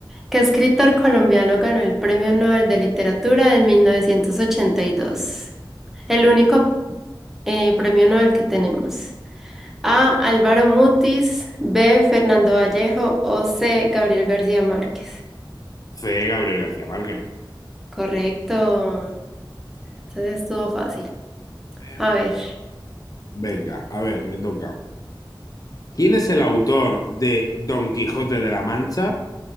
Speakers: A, in the centre; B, on the left.
A: ¿qué escritor colombiano ganó el Premio Nobel de Literatura en 1982? El único eh, premio Nobel que tenemos. A. Álvaro Mutis, B. Fernando Vallejo o C. Gabriel García Márquez.
B: C, Gabriel García Márquez.
A: Correcto. Entonces estuvo fácil.
B: Eh,
A: A ver,
B: Venga, a ver, me toca. ¿Quién es el autor de Don Quijote de la Mancha?